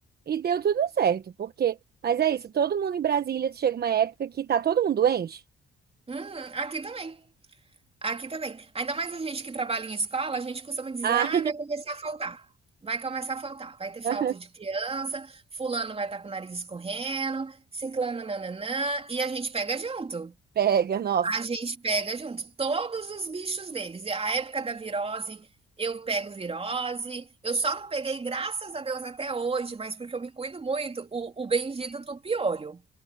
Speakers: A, on the right; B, on the right.
A: E deu tudo certo, porque. Mas é isso, todo mundo em Brasília chega uma época que tá todo mundo doente.
B: Uhum, aqui também. Aqui também. Ainda mais a gente que trabalha em escola, a gente costuma dizer,
A: Ah,
B: ah, vai começar a faltar. Vai começar a faltar. Vai ter falta
A: <laughs>
B: de criança, fulano vai estar com o nariz escorrendo, ciclano nananã, e a gente pega junto.
A: pega, nossa.
B: A gente pega junto todos os bichos deles. E A época da virose, eu pego virose. Eu só não peguei, graças a Deus, até hoje, mas porque eu me cuido muito, o, o bendito tupiolho.